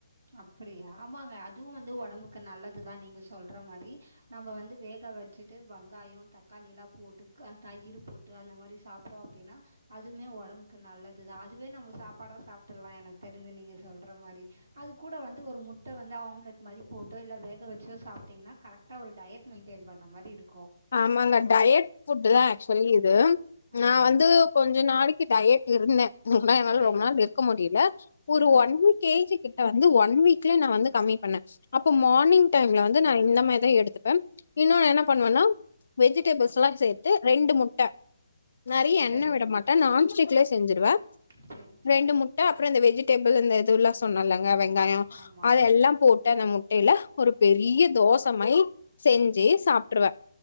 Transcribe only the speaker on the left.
ஆமாங்க டயட் ஃபுட்டு தா ஆக்சுவலி இது நா
வந்து கொஞ்ச நாளைக்கி டயட் இருந்தே ஆனா என்னால
ரொம்ப நாள் இருக் க்க முடியல ஒரு
ஒன் கே ஜி கிட் ட்ட வந்து ஒன் வீக்லயே நா வந்து கம்மி பண்ணே அப்ப மார்னிங் டைம்ல வந்து நா இந்த மாரி தா எடுத்துப்பே இன்னு என்ன பண்ணுவேனா வெஜிடபிள்ஸ்லா சேர்த்து ரெண்டு முட்ட நெறையா எண்ணெ
விட மாட்டே நா நான்ஸ்டிக்லயே செஞ்சுடுவே
ரெண்டு முட்ட அப்புறோ இந்த வெஜிடபிள் இந்த இதுலா ம் நல்லங்கா வெங்காயோ
அத எல்லா போட் டு அந்த முட்டையில ஒரு பெரிய தோசமயி செஞ்சு சாப்ட்ருவே